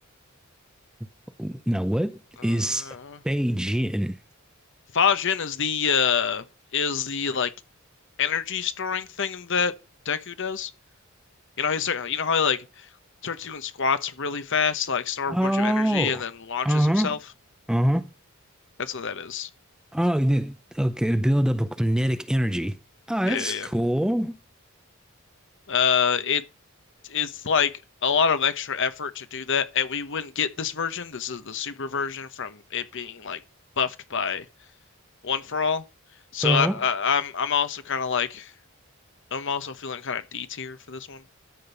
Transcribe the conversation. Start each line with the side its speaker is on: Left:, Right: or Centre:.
Centre: <laughs> now, what
Left: Uh,
Centre: is Fei Jin?
Left: Fajin is the uh is the like energy storing thing that Deku does. You know, he start, you know how he like starts doing squats really fast, like store
Centre: Oh,
Left: up a bunch of energy and then launches
Centre: uh-huh.
Left: himself.
Centre: Uh-huh.
Left: That's what that is.
Centre: Oh, you did. Okay, to build up a kinetic energy. Oh, that's
Left: Yeah, yeah.
Centre: cool.
Left: yeah. Uh, it it's like a lot of extra effort to do that, and we wouldn't get this version. This is the super version from it being like buffed by One for All. So
Centre: Uh-huh.
Left: I, I, I'm I'm also kind of like I'm also feeling kind of D tier for this one